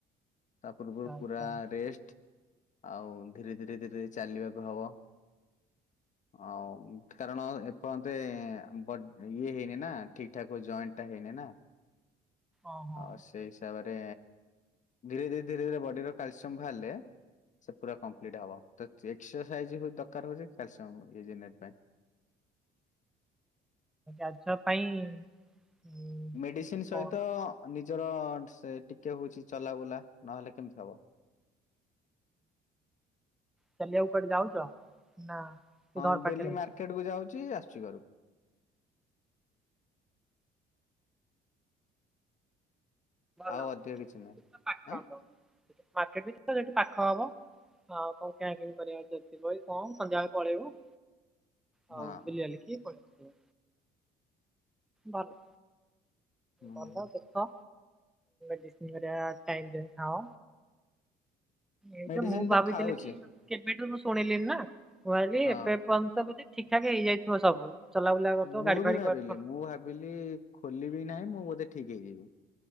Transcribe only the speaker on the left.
ତା ପୂର୍ବରୁ
ପୁରା
ରେଷ୍ଟ ଆଉ ଧୀରେ ଧୀରେ ଧୀରେ ଚାଲିବାକୁ ହବ। ଆଉ କାରଣ ଏପନ ତେ ବଡ ଇଏ ହେଇନି ନା ଠିକ ଠାକ ଜଏଣ୍ଟ ଟା ହେଇନି ନା।
ଆଉ ସେଇ ହିସାବରେ ଧୀରେ ଧୀରେ ଧୀରେ ଧୀରେ ବଡିର କାଲସିୟମ ବାହାରିଲେ ସେ ପୁରା କମ୍ପ୍ଲିଟ ହବ ତ ଚେକକ୍ସସାଇଜ ଦରକାର ହଉଛି କାଲ୍ସିୟମ ଇଜିନେଟ ପାଇଁ।
ମେଡିସିନ ସହିତ
ନିଜର ଠିସେ ଟିକେ ହଉଛି ଚଲାବୁଲା ନହେଲେ କେମିତି ହବ?
ହଁ
ଡେଲି ମାର୍କେଟ କୁ ଯାଉଛି ଆସୁଛି ଘରକୁ।
ଆଉ ଅଧିକ କିଛି ନାହିଁ।
ଆଁ
ହଁ
ହୁଁ
ମେଡିସିନ
ଖାଉଛି
ହଁ।
ମୁଁ
ବି
ଭାବିଲି
ମୁଁ ଭାବିଲି ଖୋଲିବି ନାହିଁ, ମୁଁ ବୋଧେ ଠିକ ହେଇଯିବି।